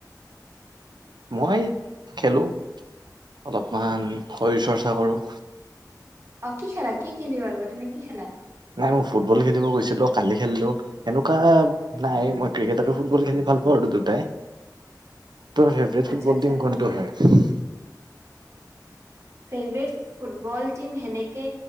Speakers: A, on the right; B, on the right.
A: <inaudible> মই খেলো। অলপমান শৰীৰ চৰ্চা কৰোঁ।
B: অহ, কি খেলা কি খেলি ভালপোৱা তুমি কি খেলা?
A: নাই মই ফুটবল খেলিব গৈছিলো, কালি খেলিলো এনেকুৱা নাই মই ক্ৰিকেট আৰু ফুটবল খেলি ভাল পাওঁ দুটাই। তোৰ ফেভৰেট
B: আচ্ছা
A: ফুটবল
B: আচ্ছা
A: টিম কোনটো হয়?
B: ফেভৰেট ফুটবল টিম সেনেকে